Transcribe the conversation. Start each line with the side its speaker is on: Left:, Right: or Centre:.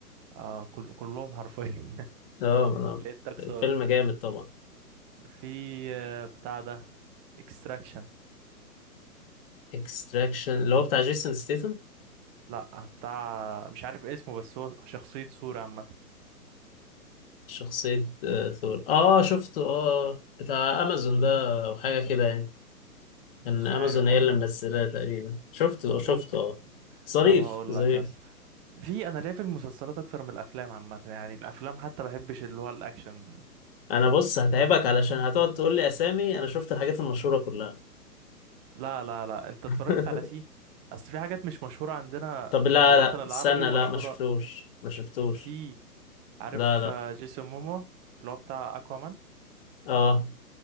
Right: اه كل كلهم حرفيا <laughs>
Left: اه آه.
Right: لقيتك
Left: الفيلم
Right: صارف
Left: جامد طبعا
Right: في آه، بتاع ده اكستراكشن
Left: اكستراكشن اللي هو بتاع جيسون ستيثم
Right: لا بتاع مش عارف اسمه بس هو شخصية صورة عامة
Left: شخصيه آه، ثور اه شفته اه بتاع امازون ده او حاجه كده يعني
Right: مش
Left: كان امازون
Right: عارف
Left: هي
Right: والله
Left: اللي منزلاه تقريبا شفته
Right: ممكن
Left: شفته اه ظريف
Right: طب هقول
Left: ظريف
Right: لك يا اسطى في انا ليا في المسلسلات اكتر من الافلام عامة يعني الافلام حتى بحبش اللي هو الاكشن
Left: انا بص هتعبك علشان هتقعد تقول لي اسامي انا شفت الحاجات المشهوره كلها
Right: لا لا لا انت اتفرجت
Left: <laughs>
Right: على سي اصل في حاجات مش مشهورة عندنا
Left: طب
Right: في
Left: لا
Right: الوطن
Left: لا
Right: العربي
Left: استنى
Right: مشهورة
Left: لا ما شفتوش ما شفتوش
Right: سي عارف
Left: لا لا
Right: آه، جيسون مومو اللي هو بتاع اكوامان
Left: اه